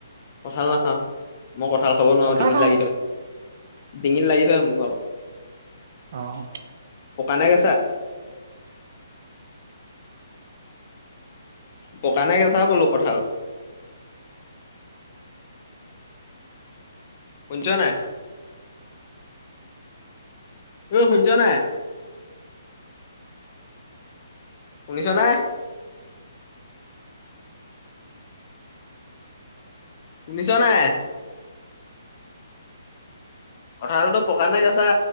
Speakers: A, on the left; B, on the right.
A: কঠাল নাখাওঁ মই কঠাল খাব নোৱাৰো
B: কঁঠাল
A: ডিঙিত
B: খাও
A: লাগি ধৰে। ডিঙিত লাগি ধৰে মোৰ ভাগৰ।
B: অহঁ।
A: পকাঁ নে কেচাঁ। পকাঁ নে কেচাঁ বোলো কঠাল। <inaudible> শুনিছ নাই। ঐ শুনিছ নাই? শুনিছ নে? শুনিছ নাই? কঁঠালতো পকা নে কেছা?